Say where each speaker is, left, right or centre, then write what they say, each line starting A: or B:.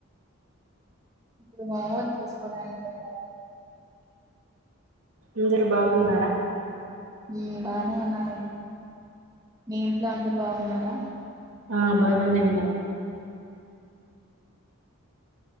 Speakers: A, on the right (about 15°); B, on the right (about 75°).
A: ఇప్పుడు మే ఓట్ చేసుకోవడానికి వెళ్ళాలి
B: అందరు బాగున్నారా
A: హు బానే ఉన్నారన్ మీ ఇంట్లో అందరు బాగున్నారా
B: ఆ బాగానే ఉన్నారు